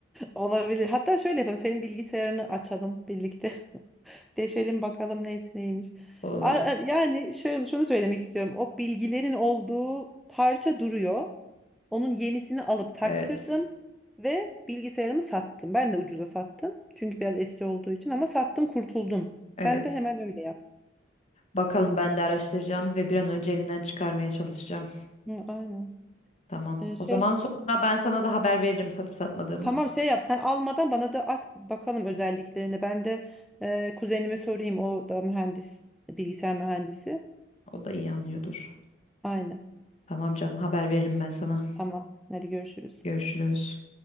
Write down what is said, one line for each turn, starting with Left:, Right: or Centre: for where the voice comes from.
Centre: Olabilir. Hatta şöyle yapalım. Senin bilgisayarını açalım birlikte. <laughs> Deşelim bakalım neyse neymiş.
Left: <laughs>
Centre: A- a-
Left: Olur.
Centre: Yani şunu, şunu söylemek istiyorum. O bilgilerin olduğu parça duruyor. Onun yenisini alıp taktırdım
Left: Evet.
Centre: ve bilgisayarımı sattım. Ben de ucuza sattım. Çünkü biraz eski olduğu için ama sattım kurtuldum.
Left: Evet.
Centre: Sen de hemen öyle yap.
Left: Bakalım ben de araştıracağım ve bir an önce elimden çıkarmaya çalışacağım.
Centre: Hı, aynen.
Left: Tamam.
Centre: Ee, şey
Left: O zaman sonra ben sana da haber veririm satıp satmadığımı.
Centre: tamam şey yap sen almadan bana da at bakalım özelliklerini. Ben de e, kuzenime sorayım o da mühendis bilgisayar mühendisi.
Left: O da iyi anlıyordur.
Centre: Aynen.
Left: Tamam canım haber veririm ben sana.
Centre: Tamam. Hadi görüşürüz.
Left: Görüşürüz.